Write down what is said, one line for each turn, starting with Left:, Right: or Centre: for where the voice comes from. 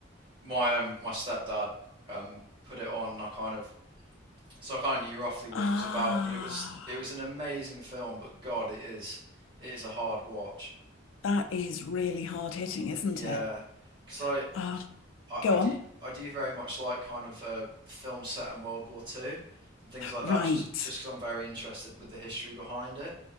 Right: my um my stepdad um put it on and I kind of so I kind of knew roughly what
Left: Ah,
Right: it was about, but it was it was an amazing film, but God, it is it is a hard watch.
Left: that is really hard hitting, isn't
Right: Yeah,
Left: it?
Right: because I,
Left: Ah,
Right: I
Left: go
Right: I do
Left: on.
Right: I do very much like kind of uh, films set in World War Two and things like
Left: Right.
Right: that, just just 'cause I'm very interested with the history behind it.